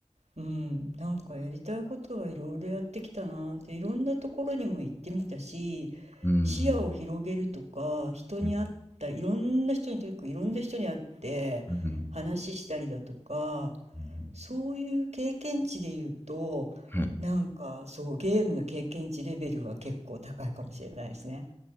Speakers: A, on the right; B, on the left.
A: うん、なんかやりたいことはいろいろやってきたなーっていろんなところにも行ってみたし
B: うん、
A: 視野を広げるとか人に会ったいろんな人にとにかくいろんな人に会って話したりだとか
B: うん、うん、うん
A: そういう経験値で言うとなんかそうゲームの経験値レベルは結構高いかもしれないですね。
B: はい。